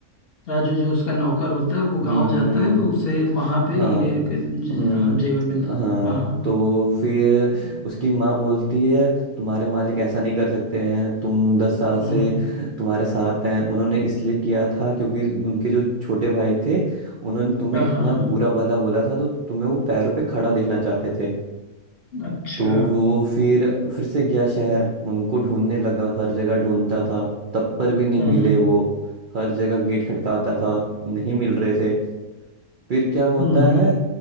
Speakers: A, on the left; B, on the right.
A: राजू जो उसका नौकर होता है वो
B: हम्म
A: गांव जाता
B: हम्म हम्म
A: है
B: हम्म।
A: तो उसे वहां पे
B: हाँ
A: हीरे के ज-
B: हम्म
A: हाँ जेवर मिलता है।
B: हाँ
A: हाँ हाँ
B: तो फिर उसकी माँ बोलती है तुम्हारे मालिक ऐसा नहीं कर सकते हैं तुम दस साल से
A: हम्म
B: तुम्हारे साथ हैं उन्होंने इसलिए किया था क्योंकि उनके जो छोटे भाई थे उन्होंने तुम्हें
A: हाँ
B: इतना
A: हाँ हाँ
B: बुरा भला बोला था तो तुम्हें वो पैरों पे खड़ा देखना चाहते थे
A: अच्छा
B: तो वो फिर फिर से गया शहर उनको ढूंढने लगा हर जगह ढूंढता था तब पर भी नहीं
A: हम्म
B: मिले वो हर जगह गेट खटकाता था नहीं मिल रहे थे फिर क्या होता
A: हम्म हम्म
B: है